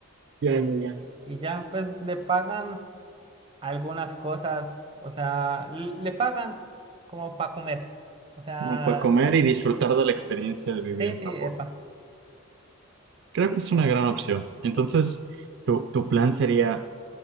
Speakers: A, on the right; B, on the right.
A: Ya,
B: Y,
A: ya, ya.
B: y ya, pues le pagan algunas cosas, o sea, l- le pagan como para comer. O sea,
A: como para comer y disfrutar de la experiencia de vivir
B: sí,
A: en
B: sí,
A: Japón.
B: epa.
A: Creo que es una gran opción. Entonces, tu, tu plan sería